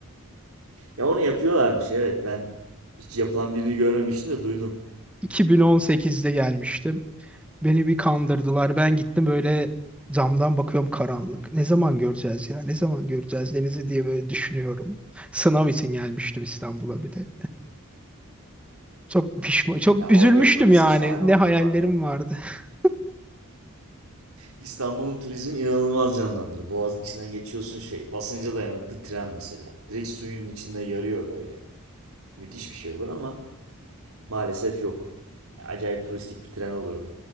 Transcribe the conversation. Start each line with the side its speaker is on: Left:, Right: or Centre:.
Right: Ya onu yapıyorlarmış evet ben hiç yapılan birini görmemiştim de duydum.
Centre: 2018'de gelmiştim. Beni bir kandırdılar. Ben gittim böyle camdan bakıyorum karanlık. Ne zaman göreceğiz ya? Ne zaman göreceğiz denizi diye böyle düşünüyorum. Sınav için gelmiştim İstanbul'a bir de. Çok pişman, çok
Right: Ya
Centre: üzülmüştüm
Right: o yapılabilse
Centre: yani.
Right: şahane olur
Centre: Ne hayallerim
Right: bu arada.
Centre: vardı. <laughs>
Right: İstanbul'un turizmini inanılmaz canlandırır. Boğazın içinden geçiyorsun şey. Basınca dayanıklı tren mesela. Direkt suyun içinde yarıyor böyle. Müthiş bir şey olur ama maalesef yok. Acayip turistik bir tren olurdu.